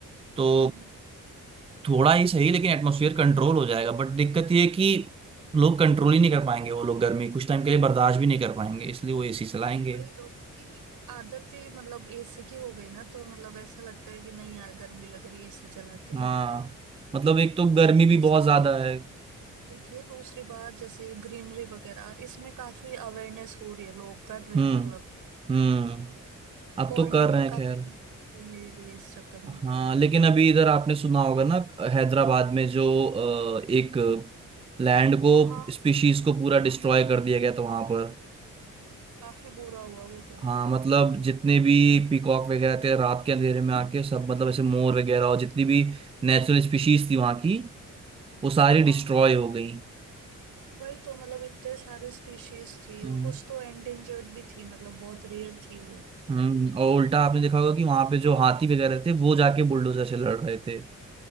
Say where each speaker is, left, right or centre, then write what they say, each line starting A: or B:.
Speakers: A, on the right; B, on the right.
A: तो
B: हम्म,
A: थोड़ा ही सही लेकिन एटमोसफियर कंट्रोल हो जाएगा बट दिक्कत ये है कि लोग कंट्रोल ही नहीं कर पाएंगे वो लोग गर्मी कुछ टाइम के लिए बर्दाश्त भी नहीं कर पाएंगे इसलिए वो एसी चलाएंगे
B: वही तो क्योंकि आदत ही मतलब एसी की हो गई ना तो मतलब ऐसा लगता है कि नहीं यार गर्मी लग रही है एसी चलाते हैं
A: हाँ मतलब एक तो गर्मी भी
B: दूसरी
A: बहुत
B: बात
A: ज्यादा है
B: देखिए दूसरी बात जैसे ग्रीनरी वगैरह इसमें काफी अवेयरनेस हो रही है लोग कर रहे
A: हम्म
B: हैं मतलब
A: हम्म अब
B: गवर्नमेंट
A: तो कर रहे
B: भी
A: हैं
B: काफी
A: खैर
B: ले रही है इस चक्कर
A: हाँ
B: में
A: लेकिन अभी इधर आपने सुना होगा ना हैदराबाद में जो अ, एक लैंड को
B: तो हाँ
A: स्पीशीज को पूरा
B: हाँ
A: डिस्ट्रॉय
B: हाँ,
A: कर दिया गया था वहां पर
B: काफी बुरा हुआ वो तो
A: हाँ मतलब जितने भी पीकॉक वगैरह थे रात के अंधेरे में आके सब मतलब ऐसे मोर वगैरह और जितनी भी नेचुरल स्पीशीज थी वहां की वो सारी डिस्ट्रॉय
B: हाँ
A: हो गई
B: वही तो मतलब इतने सारे स्पीशीज थी
A: हम्म,
B: और कुछ तो एंडेंजर्ड भी थी मतलब बहुत रेयर थी वो
A: हम्म और उल्टा आपने देखा होगा कि वहां पे जो हाथी वगैरह थे वो जाके बुलडोजर से लड़ रहे थे